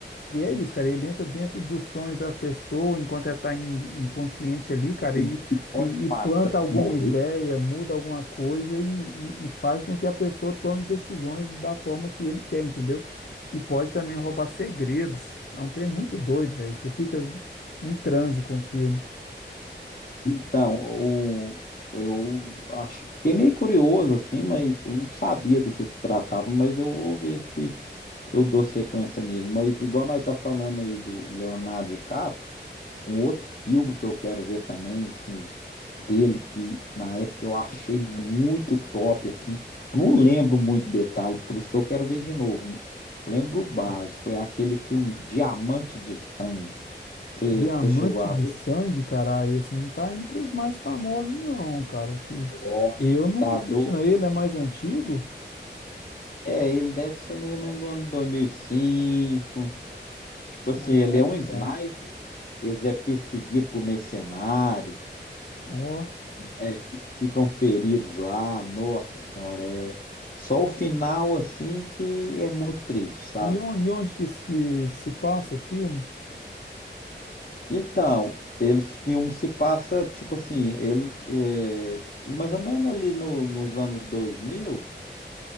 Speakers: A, on the left (about 70°); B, on the left (about 50°).
A: e é isso, cara. Ele entra dentro dos sonhos da pessoa enquanto ela está inconsciente ali, cara,
B: E,
A: e,
B: e pode
A: e, e planta
B: mata,
A: alguma
B: morrer?
A: ideia, muda alguma coisa e, e, e faz com que a pessoa tome decisões da forma que ele quer, entendeu? E pode também roubar segredos. É um trem muito doido, velho. Você fica em transe com o filme.
B: Então, o, eu acho, fiquei meio curioso assim, mas eu não sabia do que se tratava, mas eu vou ver se eu dou sequência nele. Mas igual nós tá falando aí do Leonardo DiCaprio, um outro filme que eu quero ver também, assim, dele que na época eu achei muito top, assim. Eu não lembro muito detalhe, por isso que eu quero ver de novo. Lembro o básico, é aquele filme Diamante de Sangue. Você
A: Diamante
B: chegou a
A: de Sangue, cara, ah, esse não tá entre os mais famosos, não, cara. Que
B: Nossa,
A: eu não
B: tá
A: assisti,
B: doido.
A: não. Ele é mais antigo?
B: É, ele deve ser mais ou menos do ano 2005. Tipo assim,
A: Ah,
B: ele é um sniper.
A: tá.
B: Eles é perseguido por mercenário.
A: Ó.
B: é, fi- ficam feridos lá. Nossa senhora, é só o final assim que é muito triste, sabe?
A: E onde, e onde que, se- que se passa o filme?
B: Então, eles filmes se passa tipo assim, ele é, mais ou menos ali no- nos anos 2000.